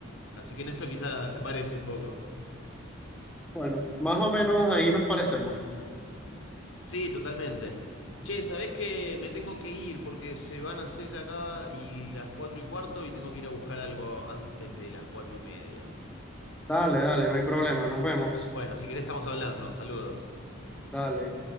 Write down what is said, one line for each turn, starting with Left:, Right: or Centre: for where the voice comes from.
Left: así que en eso quizás se parece un poco.
Centre: Bueno, más o menos ahí nos parecemos.
Left: Sí, totalmente. Che, ¿sabés que me tengo que ir porque se van a hacer acá y las cuatro y cuarto y tengo que ir a buscar algo antes de las cuatro y media?
Centre: Dale, dale, no hay problema, nos vemos.
Left: Bueno, si querés estamos hablando. Saludos.
Centre: Dale.